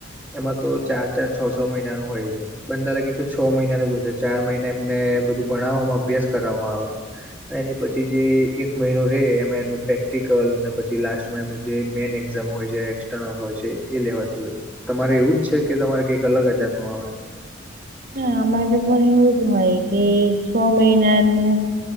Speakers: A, in the centre; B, on the right.
A: એમાં તો ચાર ચાર છ છ મહિનાનું હોય છે. બને ત્યા લગીનેતો છ મહિના ન જોશે ચાર મહિના એમને બધું ભણાવવામાં અભ્યાસ કરાવામાં આવે. એની પછી જે એક મહિનો રે એમાં એનું પ્રેક્ટિકલ ને પછી લાસ્ટ એનું જે મેન એઝામ હોય છે એક્સટર્નલ હોય છે એ લેવાતી હોય છે. તમારે એવું જ છે કે તમારે કઈક અલગ જ જાતનું આવે.
B: ના અમારે તો પણ એવું જ હોય કે છ મહિનાનું